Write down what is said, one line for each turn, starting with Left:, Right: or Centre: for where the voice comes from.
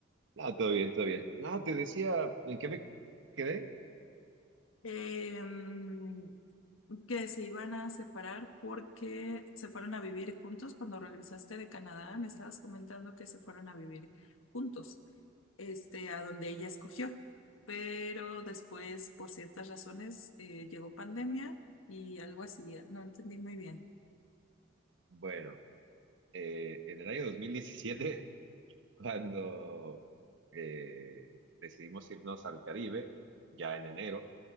Right: No, todo bien, todo bien. No, te decía, ¿en qué me quedé?
Left: Em, que se iban a separar porque se fueron a vivir juntos. Cuando regresaste de Canadá, me estabas comentando que se fueron a vivir juntos, este, a donde ella escogió. Pero después, por ciertas razones, eh, llegó pandemia y algo así, no entendí muy bien.
Right: Bueno, eh, en el año 2017 <laughs> cuando eh, decidimos irnos al Caribe, ya en enero